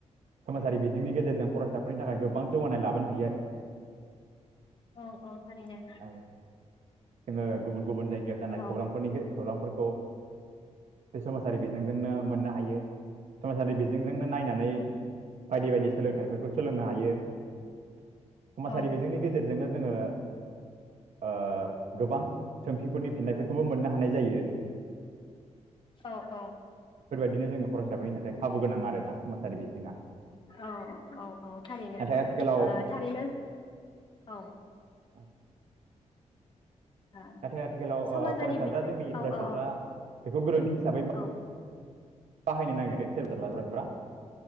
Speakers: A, on the right; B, on the left.
A: समाजारि बिजोंनि गेजेरजों फरायसाफोरनि थाखाय गोबां जौगानाय लाबोनो हायो आरो
B: औ औ थारैनो
A: औ जोङो गुबुन गुबुन जायगायाव जानाय
B: औ
A: खौरांफोरनि गो खौरांफोर‌ खौ बे सम सारि बिजोंजोंनो मोननो हायो समाजारि बिजोंजोंनो नायनानै बायदि बायदि सोलोंथाइफोरखौ सोलोंनो हायो। समाजारि
B: औ
A: बिजोंनि गेजेरजोंनो जोङो ओ गोबां सोंथिफोरनि फिननायफोरखौबो मोननो हानाय जायो।
B: औ औ
A: बिदिनो जोङो फरायसाफोरनि थाखाय खाबु गोनां आरो ना समोमाजारि बिजोङा
B: औ औ औ थारैनो
A: नाथाय आथिखालाव
B: ओ थारैनो औ
A: औ
B: ओ
A: नाथाय आथिखालाव
B: समाजारि
A: ओ फरायसाफ्रा
B: बि
A: जोंनि फरायसाफ्रा
B: औ औ
A: बेखौ गोरोन्थि हिसाबै
B: औ
A: बाहायनो नागिरो सोर सोरबा लाग्राफ्रा